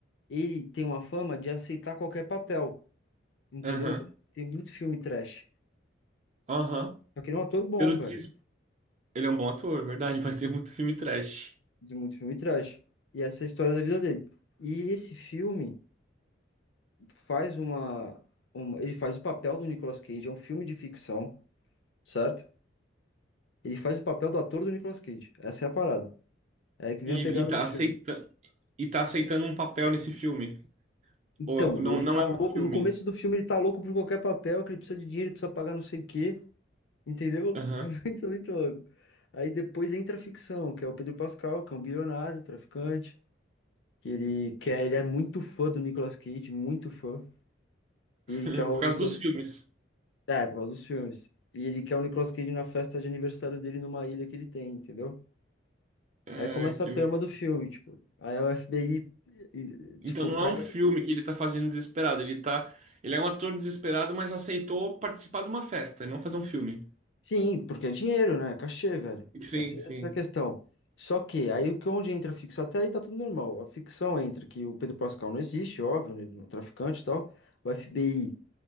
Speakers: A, on the left; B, on the right.
A: ele tem uma fama de aceitar qualquer papel, entendeu?
B: Aham.
A: Tem muito filme trash.
B: Aham.
A: Só que ele é um ator bom,
B: Pelo
A: velho.
B: desespero. Ele é um bom ator, é verdade, <laughs> mas tem muito filme trash.
A: Tem muito filme trash. E essa é a história da vida dele. E esse filme faz uma, uma... Ele faz o papel do Nicolas Cage. É um filme de ficção, certo? Ele faz o papel do ator do Nicolas Cage. Essa é a parada. É aí que vem
B: E,
A: a pegada
B: e tá
A: do filme.
B: aceitando, e tá aceitando um papel nesse filme.
A: Então,
B: Ou não,
A: ele
B: não
A: tá
B: é
A: louco.
B: um filme.
A: No começo do filme, ele tá louco por qualquer papel, que ele precisa de dinheiro, ele precisa pagar não sei o quê, entendeu?
B: Aham.
A: <laughs> É muito, muito louco. Aí depois entra a ficção, que é o Pedro Pascal, que é um bilionário, traficante, que ele quer, ele é muito fã do Nicolas Cage, muito fã.
B: <laughs>
A: E ele quer o
B: Por causa
A: Nicolas
B: dos
A: Cage.
B: filmes.
A: É, por causa dos filmes. E ele quer o Nicolas Cage na festa de aniversário dele numa ilha que ele tem, entendeu?
B: Ai,
A: Aí começa
B: que
A: a trama
B: legal.
A: do filme, tipo. Aí o FBI, e- e, tipo,
B: Então não
A: pega.
B: é um filme que ele tá fazendo desesperado. Ele tá. Ele é um ator desesperado, mas aceitou participar de uma festa, e não fazer um filme.
A: Sim, porque é dinheiro, né? É Cachê, velho.
B: Sim,
A: Essa,
B: sim.
A: essa é a questão. Só que aí o que onde entra a ficção, até aí tá tudo normal. A ficção entra que o Pedro Pascal não existe, óbvio, né? Ele não é um traficante e tal. O FBI,